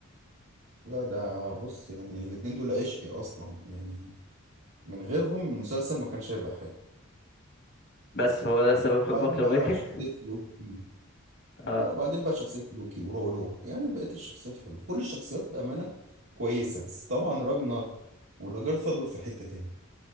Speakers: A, on the right; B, on the left.
A: لا ده بص يعني الاتنين دول عشقي أصلا يعني من غيرهم المسلسل ما كانش هيبقى حلو
B: بس هو ده سبب حبك
A: وبعدين
B: لفايكنج
A: بقى شخصية لوكي
B: اه
A: لا وبعدين بقى شخصية لوكي ورولو يعني بقيت الشخصيات حلوة كل الشخصيات بأمانة كويسة بس طبعا راجنر ولاجرثا دول في حتة تاني